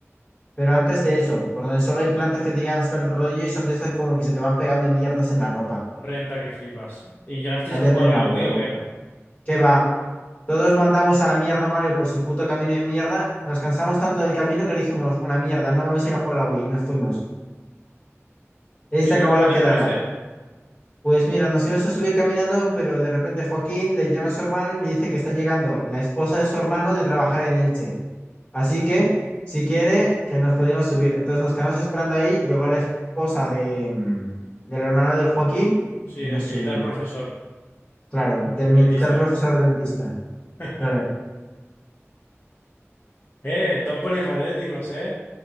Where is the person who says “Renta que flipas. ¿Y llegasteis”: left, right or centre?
Left